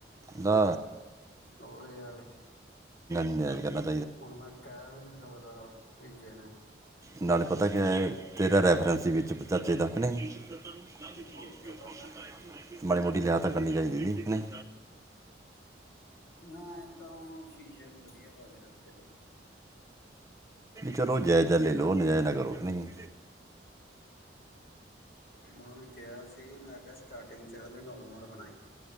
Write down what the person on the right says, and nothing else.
ਦਾ
ਲਿਹਾਜ ਕਹਿੰਦਾ,
ਨਾਲੇ ਪਤਾ ਕੀਆ ਹੈ, ਤੇਰਾ ਰੈਫਰੈਂਸ ਵੀ ਚਾਚੇ ਤੱਕ ਕੇ ਨਹੀਂ <unintelligible>
ਮਾੜੀ ਮੋਟੀ ਲਿਆਤ ਕਰਨੀ ਚਾਹੀਦੀ ਜਾਦੀ ਹੈ ਕੇ ਨਹੀਂ।
ਚਲੋ, ਜਾਇਜ਼ਾ ਲੈ ਲਓ ਨਾਜਾਇਜ਼ ਨਾ ਕਰੋ ਕਿ ਨਹੀਂ।